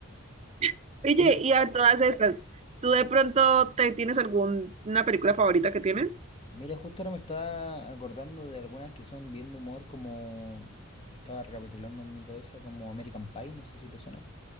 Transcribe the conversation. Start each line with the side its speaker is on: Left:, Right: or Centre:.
Right: <laughs> Oye,
Left: Oye,
Right: y a todas estas, ¿tú de pronto te tienes alguna película favorita que tienes?
Left: Mira, justo ahora me estaba acordando de algunas que son bien de humor, como estaba recapitulando en mi cabeza, como American Pie, no sé si te suena,